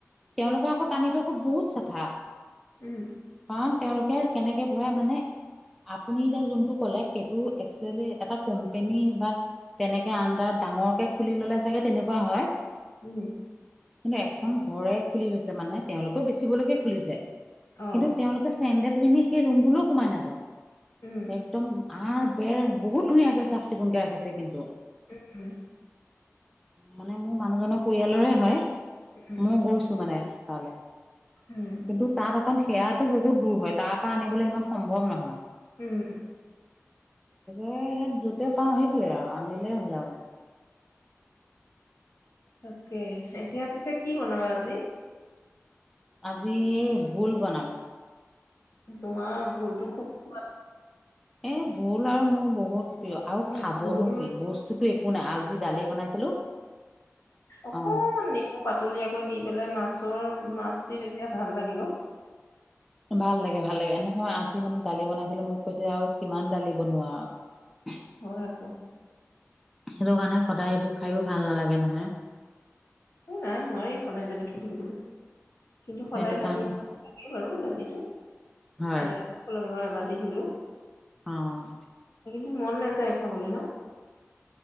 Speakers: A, in the centre; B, on the left (about 55°).
A: তেওঁলোকৰ আকৌ পানী আকৌ বহুত চাফা।
B: উম
A: কাৰণ তেওঁলোকে কেনেকে ভৰাই মানে আপুনি এতিয়া যোনটো ক'লে সেইটো এক্সোয়েলি এটা কোম্পনী বা তেনেকে আন্দাৰ ডাঙৰকে খুলি ললে চাগে তেনেকুৱা হয়।
B: উম
A: কিন্তু এখন ঘৰে খুলি লৈছে, মানে তেওঁলোকেও বেচিবলৈকে খুলিছে,
B: অ
A: কিন্তু তেওঁলোকে চেন্দেল পিন্ধি সেই ৰুমটোলো সোমাই নাযায়,
B: উম
A: একদম আৰ বেৰ বহুত ধুনীয়াকে চাফ চিকুণকে ৰাখিছে কিন্তু।
B: উম উম
A: মানে মোৰ মানুহজনৰ পৰিয়ালৰে হয়,
B: উম
A: মই গৈছোঁ মানে তালে।
B: উম
A: কিন্তু তাত অকণ সেয়াটো বহুত দূৰ হয়, তাৰ পৰা আনিবলৈ ইমান সম্ভৱ নহয়।
B: উম
A: এই ইয়াত য'তে পাওঁ সেইটোয়ে আৰু আনিলে হ'ল আৰু।
B: তাকে, এতিয়া পিছে কি বনাবা আজি।
A: আজি ভোল বনাম।
B: তোমাৰ ভোলটো খুব খোৱা
A: এ ভোল আৰু মোৰ বহুত প্ৰিয়,
B: খুব
A: আৰু খাবনো
B: ভোল
A: কি বস্তুতো একো নাই আজি দালি বনাইছিলোঁ
B: অকমান
A: অ
B: নেমু পাতলিয়াকৈ দি পেলাই মাছৰ মাছ দি তেতিয়া ভাল লাগে অ'
A: ভাল লাগে, ভাল লাগে নহয় আজি মানে দালি বনাই দিলো মোক কৈছে আৰু কিমান দালি বনোৱা আৰু।
B: হয় আকৌ।
A: সেইটো কাৰণে সদায় এইবোৰ খাইয়ো ভাল নালাগে নহয়।
B: এই নাই নোৱাৰি সদায় দালি খাই থাকিবলৈ। কিন্তু
A: সেইটো
B: সদায়
A: কাৰণে
B: দালি মানুহক লাগে বাৰু দালিটো সদায়
A: হয়
B: লাগে এবা তি হ'লেও
A: অ'
B: কিন্তু মন নাযায় খাবলৈ ন?